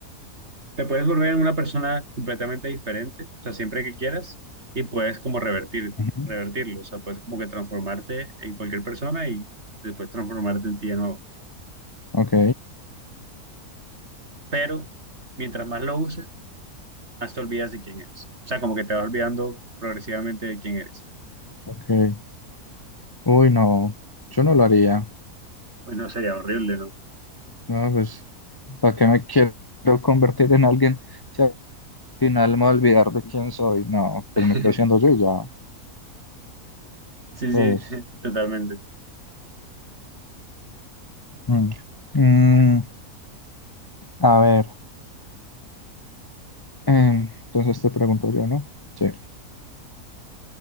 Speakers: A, on the right; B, on the left.
A: Te puedes volver en una persona completamente diferente, o sea, siempre que quieras, y puedes como revertir,
B: Ujú.
A: revertirlo, o sea, puedes como que transformarte en cualquier persona y después transformarte en ti de nuevo.
B: Ok,
A: Pero mientras más lo uses, más te olvidas de quién eres. O sea, como que te vas olvidando progresivamente de quién eres.
B: ok. Uy, no, yo no lo haría.
A: Pues no sería horrible, ¿no?
B: No, pues, ¿para qué me quiero convertir en alguien si al final me voy a olvidar de quién soy? No, pues
A: <laughs>
B: me quedo siendo yo y ya,
A: Sí, sí,
B: pues.
A: <laughs> totalmente.
B: mm. Mm, a ver. Em, Entonces te pregunto yo, ¿no? Sí.